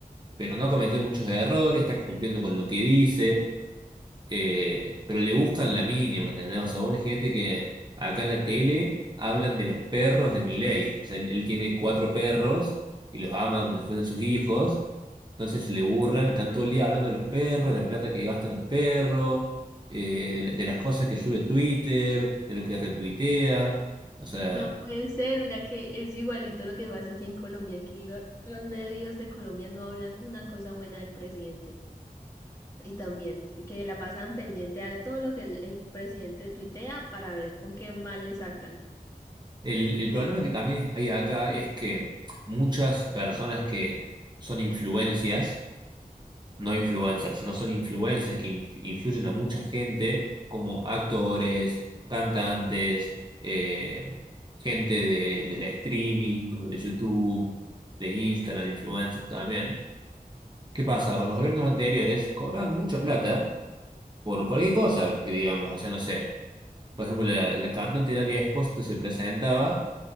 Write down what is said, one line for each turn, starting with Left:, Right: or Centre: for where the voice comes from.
Right: pero no ha cometido muchos errores, está cumpliendo con lo que dice, eh, pero le buscan la mínima, ¿entendés? O sea, vos imagínate que acá en la tele hablan de los perros de Milei. O sea, él, él tiene cuatro perros y los ama como si fuesen sus hijos. Entonces le burlan, están todo el día hablando de los perros, de la plata que gastan los perros, eh, de, la- de las cosas que sube Twitter, de lo que retuitea. O sea,
Left: No puede ser, mira que es igualito lo que pasa aquí en Colombia. Aquí lo- los medios de Colombia no hablan una cosa buena del presidente. Y también que la pasan pendiente a todo lo que el, el presidente tuitea para ver con qué mal le sacan.
Right: el, el problema que también hay acá es que muchas personas que son influencias, no influencers, no son influencias que inf- influyen a mucha gente, como actores, cantantes, eh, gente de, de la streaming, o de YouTube, de Instagram, influencers también. ¿Qué pasa? Con los gobiernos anteriores cobran mucha plata por cualquier cosa, que digamos, o sea, no sé. Por ejemplo, la, la cantante Dalia Espósito se presentaba